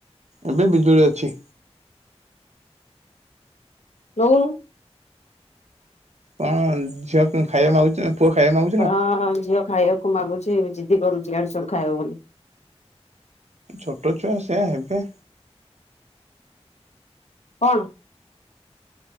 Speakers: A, on the right (about 80°); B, on the left (about 80°).
A: ଏବେ ବିଜୁଳି ଅଛି।
B: ନଉନୁ।
A: କଣ୍ ଝିଅ କଁ ଖାଇଆକୁ ମାଗୁଚି? ପୁଅ ଖାଇଆ ମାଗୁ
B: ହଁ। ଝିଅ ଖାଇଆକୁ ମାଗୁଚି ଜିଦି କରୁଚି ଇଆଡୁ ସିଆଡୁ ଖାଇବ ବୋଲି।
A: ଛୋଟ ଛୁଆ ସେଇଆ ହେବେ।
B: କଣ?